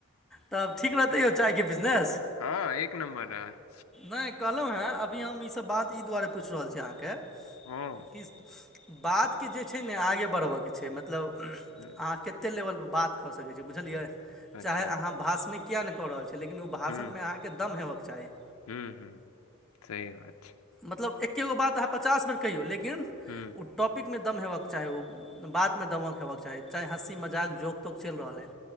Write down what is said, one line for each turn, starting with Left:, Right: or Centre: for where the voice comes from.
Centre: तब ठीक रहते
Left: तऽ
Centre: यौ चाय के बिज़नेस।
Left: हँ एक नम्बर रहत
Centre: कहलहुँ हँ, अभी हम ई सब बात ई दुआरे पुछि रहल छी अहाँके,
Left: हँ
Centre: कि बातके जे छै ने आगे बढ़बऽके छै, मतलब
Left: हूँ,
Centre: अहाँ कते लेवलपर बात कऽ सकै छी। बुझलियै,
Left: अच्छा
Centre: चाहे अहाँ भाषण किएक नहि कऽ रहल छियै, लेकिन ओ भाषणमे
Left: हूँ
Centre: अहाँके दम हेबाक चाही।
Left: हूँ, हू, सही बात छै।
Centre: मतलब एक्के गो बात अहाँ पचास बेर कहियौ, लेकिन
Left: हू।
Centre: ओ टॉपिकमे दम हेबाके चाही, ओ बातमे दमक हेबाके चाही, चाहे हँसी- मजाक जोक -तोक चलि रहल हइ।